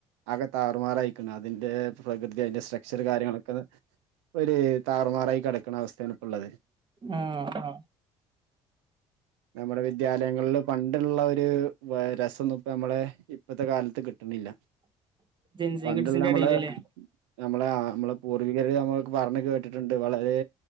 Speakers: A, on the right; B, on the right.
A: ആകെ താറുമാറായിക്ണ് അതിന്റെ പ്രകൃതി അതിന്റെ സ്ട്രക്ചർ കാര്യങ്ങളൊക്കെ ത് ഒരു താറുമാറായി കെടക്ക്ണ അവസ്ഥയാണ് ഇപ്പള്ളത്.
B: ആഹ് ആഹ്
A: ഇപ്പ നമ്മുടെ വിദ്യാലയങ്ങളില് പണ്ടുള്ള ഒരു രസംന്നുപ്പ നമ്മളെ ഇപ്പത്തെ കാലത്ത് കിട്ട് ട്ട്ണില്ല.
B: ജെൻസി
A: പണ്ട്ള്ള
B: കിഡ്സിന്റെ
A: അമ്മള്
B: ഇടയിലല്ലേ
A: നമ്മളെ ആ നമ്മളെ പൂർവികര് നമ്മൾക്ക് പറഞ്ഞ് കേട്ടിട്ടുണ്ട് വളരെ